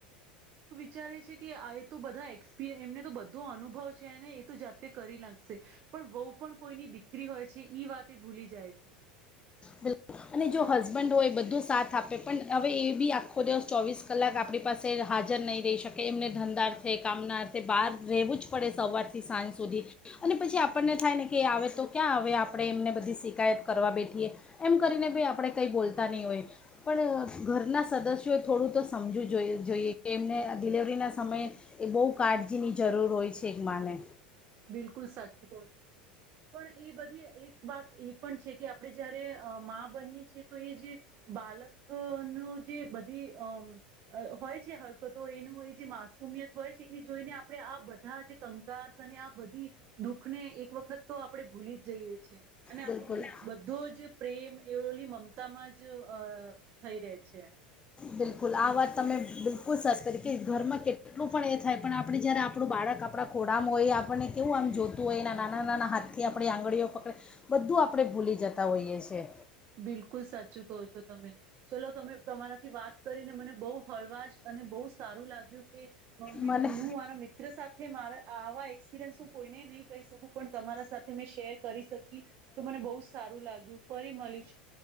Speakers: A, on the right; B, on the left.
A: ચારે છે. કે આ તો બધા એક. એમને તો બધો અનુભવ છેને, એ તો જાતે કરી નાખશે, પણ વહુ પણ કોઈની દીકરી હોય છે, વાત એ ભૂલી જાય છે.
B: બિલકુલ અને જો હસબન્ડ હોય, બધો સાથ આપે પણ હવે એ બી આખો દિવસ, ચોવીસ કલાક આપણી પાસે હાજર નહીં રહી શકે. એમને ધંધા અર્થે કામના અર્થે બહાર રહેવું જ પડે, સવારથી સાંજ સુધી. અને પછી આપણને થાય ને કે આવે તો ક્યાં આવે? આપણે એમને બધી શિકાયત કરવા બેઠીએ. એમ કરીને ભાઈ આપણે કંઈ બોલતા નહીં હોય, પણ ઘરના સદસ્યોએ થોડું તો સમજવું જો જોઈએ કે એમને ડિલેવરીના સમયે એ બહુ કાળજીની જરૂર હોય છે એક માને.
A: બિલકુલ, સાચું તો. પણ એ બધી એક વાત એ પણ છે કે આપડે જયારે. અ માં બનીએ તો એ જે બાલક. ન જે બધી અ હોય છે, હરકતો એનું એ જે માસુમિયત હોય છે, એ જોઈને. આપણે આ બધા જે કંકા. અને આ બધી દુઃખ ને એક વખત તો આપડે ભૂલી જઈએ છ છે અને આપણો
B: બિલકુલ
A: બધો જ પ્રેમ એવલી મમતા માં જો અ થઈ રહે છે.
B: બિલકુલ આ વાત તમે બિલકુલ ુું સરસ તરીકે ઘરમાં કેટલું પણ એ થાય પણ આપણે જ્યારે આપણું બાળક આપણા ખોડામાં હોય આપણને કેવું આમ જોતું હોય એના નાના નાના હાથથી આપણી આંગળીઓ પકડે બધું આપણે ભૂલી જતા હોઈએ છીએ
A: બિલકુલ સાચું કહો છો તમે ચલો તમે તમારાથી વાત કરીને મને બહુ હળવાશ અને બહુ સારું લાગ્યું કે મમ્મી
B: મને
A: હું મારા મિત્ર સાથે મારા આવા એક્સપિરિયન્સ હું કોઈને નહી કહી શકું પણ તમારા સાથે મેં શેર કરી શકી તો મને બહુ જ સારું લાગ્યું ફરી મળી